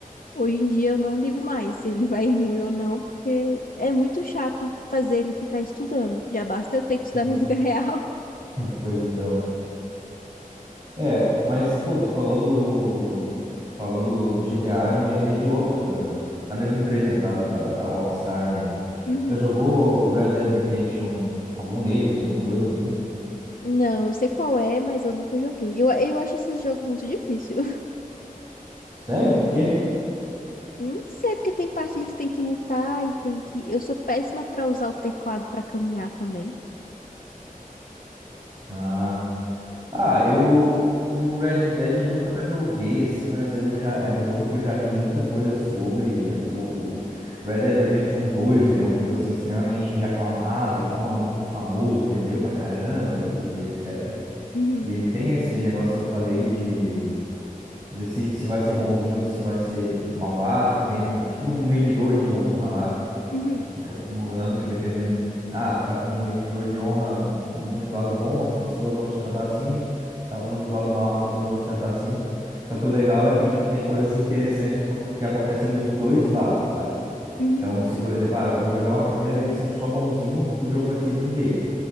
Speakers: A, on the left (about 70°); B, on the right (about 30°).
A: Hoje em dia eu não ligo mais se ele vai <laughs> ruim ou não, porque é muito chato fazer ele ficar estudando. Já basta eu ter que estudar
B: Sim.
A: na vida <laughs> real.
B: Pois então. É, mas, pô, você falou do. Falou do, do GTA, eu me lembrei de outro, da, da mesma empresa, no caso, da, da Rockstar, né?
A: Uhum.
B: Já jogou Red Dead Redemption, algum deles, um, dois, enfim.
A: Não, eu sei qual é, mas eu nunca joguei. Eu, eu acho esse jogo muito difícil. <laughs>
B: Sério? Por quê?
A: Não sei, porque tem parte de que tem que lutar e tem que. Eu sou péssima pra usar o teclado pra caminhar também.
B: Ah, ah, eu. O Red Dead eu nunca joguei assim, mas eu já. É um jogo que eu já vi muita coisa sobre. já- o, o Red Dead Redemption dois, ele é um jogo assim extremamente aclamado e tal, muito famoso, vendeu pra caramba e, e etc.
A: Uhum.
B: E ele tem esse negócio que eu falei de decide se vai ser bonzinho ou se vai ser malvado, que tem um tipo de um medidor de honra lá
A: Uhum.
B: que fica acumulando, que dependendo, ah, tu tá com um medidor de honra muito pro lado bom, as pessoas vão te tratar assim, tá muito pro lado mal, as pessoas vão te tratar assim. Só que o legal é que tipo tem coisas interessantes que, ac- que acontecem dos dois lados, sabe?
A: Uhum.
B: Então, se por exemplo, ah, eu vou jogar uma primeira vez sendo só bonzinho, o jogo vai ser de um jeito.